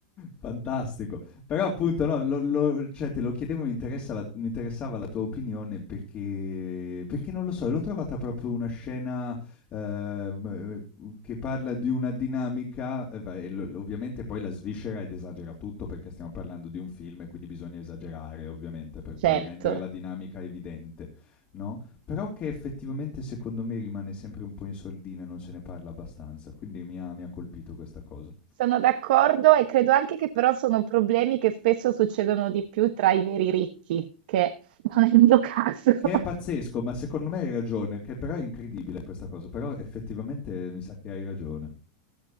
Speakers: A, on the left (about 35°); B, on the right (about 70°).
A: Fantastico. Però appunto no, lo lo cioè te lo chiedevo, mi interessa la mi interessava la tua opinione perché perché non lo so, l'ho trovata proprio una scena, ehm, ehm, uhm, che parla di una dinamica, e va e l ovviamente poi la sviscera ed esagera tutto perché stiamo parlando di un film e quindi bisogna esagerare ovviamente per poi
B: Certo.
A: rendere la dinamica evidente, no, però che effettivamente secondo me rimane sempre un po' in sordina e non se ne parla abbastanza, quindi mi ha mi ha colpito questa cosa.
B: Sono d'accordo e credo anche che però sono problemi che spesso succedono di più tra i veri ricchi, che <laughs> non è il mio caso. <laughs>
A: Che è pazzesco, ma secondo me hai ragione, che però è incredibile questa cosa, però effettivamente mi sa che hai ragione.